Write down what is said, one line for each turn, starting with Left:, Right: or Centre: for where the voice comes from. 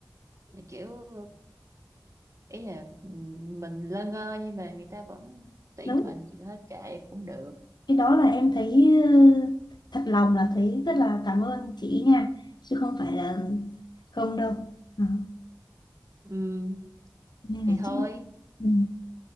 Right: kiểu ý là ừ, mình lơ ngơ nhưng mà người ta vẫn tuyển
Left: đúng
Right: mình thì hết kệ cũng được
Left: cái đó là em thấy ờ, thật lòng là thấy rất là cảm ơn chị nha chứ không phải là không đâu Đó,
Right: Ừm,
Left: nên
Right: thì
Left: là
Right: thôi
Left: chắc là ừ.